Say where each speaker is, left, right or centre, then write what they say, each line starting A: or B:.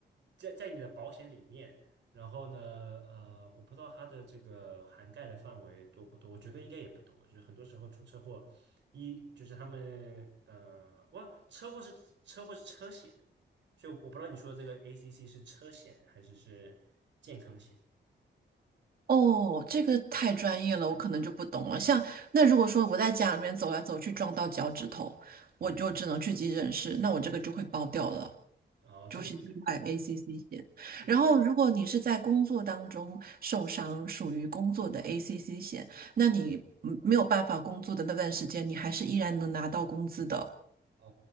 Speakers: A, on the right; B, on the right.
A: 在在你的保险里面，然后呢，呃，我不知道它的这个涵盖的范围多不多，我觉得应该也不多，就是很多时候出车祸，一就是他们呃，我车祸是车祸是车险，所以我不知道你说的这个 ACC 是车险还是是健康险，
B: 哦，这个太专业了，我可能就不懂了。像那如果说我在家里面走来走去撞到脚趾头，我就只能去急诊室，那我这个就会包掉了。
A: 然后这个也可以，
B: 就是意外
A: 嗯，
B: ACC 险。
A: 是。
B: 然后，如果你是在工作当中受伤，属于工作的 ACC 险，那你嗯没有办法工作的那段时间，你还是依然能拿到工资的。
A: 哦